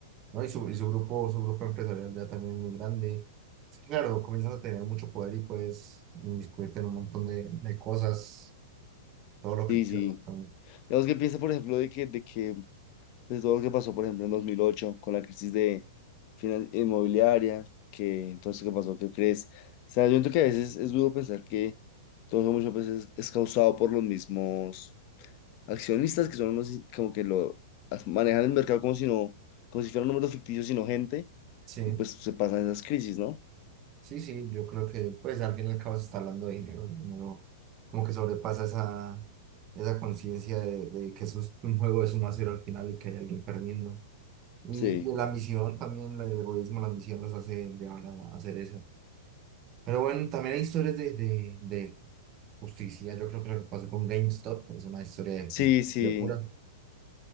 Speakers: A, on the right; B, on the left.
A: ¿no? Y su, y su grupo, su grupo empresarial ya también es muy grande. Es que, claro, comienzas a tener mucho poder y puedes inmiscuirte en un montón de, de cosas, todo lo
B: Sí,
A: que quieras.
B: sí.
A: básicamente.
B: Digamos que piensa, por ejemplo, de que, de que pues todo lo que pasó, por ejemplo, en 2008 con la crisis de finan- inmobiliaria, que todo eso que pasó, ¿qué crees? O sea, yo siento que a veces es duro pensar que todo eso muchas veces es causado por los mismos accionistas que son unos i- como que lo as- manejan el mercado como si no, como si fueran números ficticios, sino gente,
A: Sí,
B: y pues se pasan esas crisis, ¿no?
A: sí, sí, yo creo que pues al fin y al cabo se está hablando de dinero, el dinero como que sobrepasa esa, esa conciencia de, de que eso es un juego de suma cero al final y que hay alguien perdiendo. Y,
B: Sí,
A: y la ambición también, la- el egoísmo, la ambición los hace llevar a, a hacer eso. Pero bueno, también hay historias de, de, de justicia. Yo creo que lo que pasó con GameStop es una historia de,
B: sí, sí.
A: de pura.